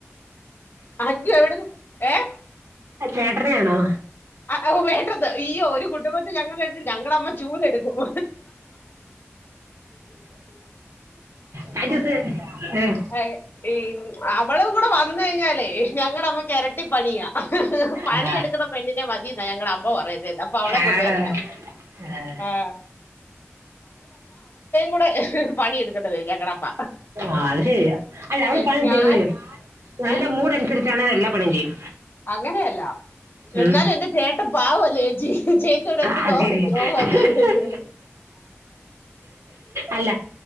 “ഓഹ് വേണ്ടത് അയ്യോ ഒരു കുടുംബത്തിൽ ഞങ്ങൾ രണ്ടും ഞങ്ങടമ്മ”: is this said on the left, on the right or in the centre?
Left